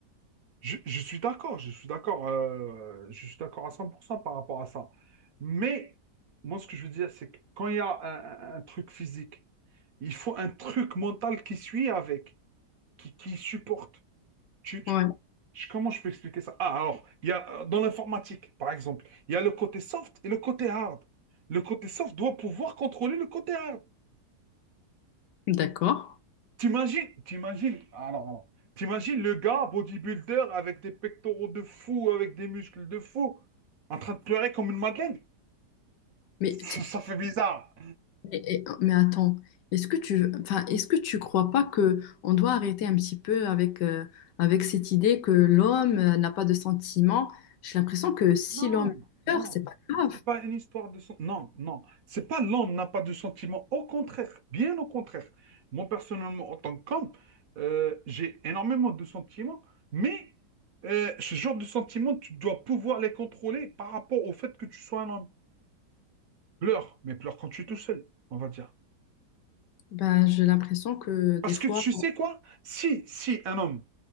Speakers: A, on the right; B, on the left.
A: Je, je suis d'accord, je suis d'accord, euh, je suis d'accord à 100% par rapport à ça. Mais moi, ce que je veux dire, c'est que quand il y a un un- un truc physique, il faut un truc mental qui suit avec. qui, qui supportent. Tu- tu-
B: Ouais,
A: je- comment je peux expliquer ça? Ah, alors, il y a, euh, dans l'informatique, par exemple, il y a le côté soft et le côté hard. Le côté soft doit pouvoir contrôler le côté hard.
B: d'accord.
A: T'imagines, t'imagines, alors, alors, t'imagines le gars bodybuilder avec des pectoraux de fou, avec des muscles de fou, en train de pleurer comme une madeleine.
B: Mais
A: Ça,
B: t-
A: ça fait bizarre.
B: Et- et- mais attends, est-ce que tu, enfin, est-ce que tu crois pas que on doit arrêter un petit peu avec, euh, avec cette idée que l'homme euh, n'a pas de sentiments? J'ai l'impression que si
A: Non,
B: l'homme pleure,
A: non.
B: c'est pas grave.
A: C'est pas une histoire de... sen- Non, non. C'est pas l'homme n'a pas de sentiments. Au contraire, bien au contraire. Moi, personnellement, en tant qu'homme, euh, j'ai énormément de sentiments, mais euh, ce genre de sentiments, tu dois pouvoir les contrôler par rapport au fait que tu sois un homme. Pleure, mais pleure quand tu es tout seul, on va dire.
B: Ben, j'ai l'impression que des
A: Parce
B: fois,
A: que tu sais quoi? Si, si un homme